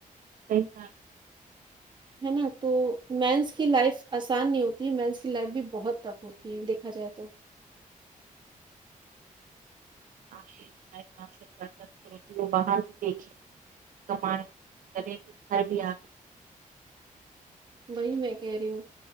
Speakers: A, on the right; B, on the right.
A: صحیح کہا
B: ہے نا تو مینس کی لائف آسان نہیں ہوتی مینس کی لائف بھی بہت ٹف ہوتی ہے دیکھا جائے تو
A: <unintelligible> باہر بھی دیکھے کمائ کرے بھی گھر بھی آکے
B: وہی میں کہہ رہی ہوں